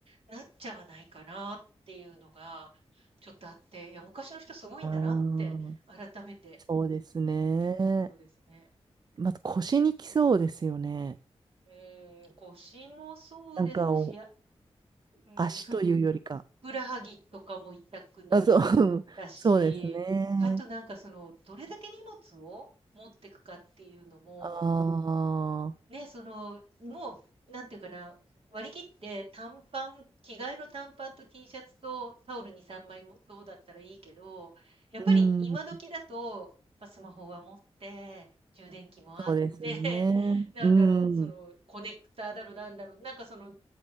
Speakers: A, on the right (about 65°); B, on the right (about 40°).
A: なっちゃわないかなっていうのが、ちょっとあって、いや、昔の人すごいんだなって、
B: ああ。
A: 改めて
B: そうですね。
A: 思ってるところですね。
B: まず腰にきそうですよね。
A: うん。うーん、腰もそうですし、
B: なんかを
A: あ、うん、
B: 足というよりか。
A: ふっくらはぎとかも痛くなりそうだし、
B: あ、そう、<laughs> そうですね。
A: あとなんかその、どれだけ荷物を持ってくかっていうのも、
B: ああ、
A: ね、その、もう、なんていうかな、割り切って短パン着替えの短パンと T シャツとタオル2、3枚もそうだったらいいけど、やっぱり今時だと、
B: うん、
A: ま、スマホは持って、充電器もあって、
B: そうですよね。
A: <laughs> なんだろう、
B: う
A: その、
B: ん、
A: コネクターだろなんだろ、なんかその、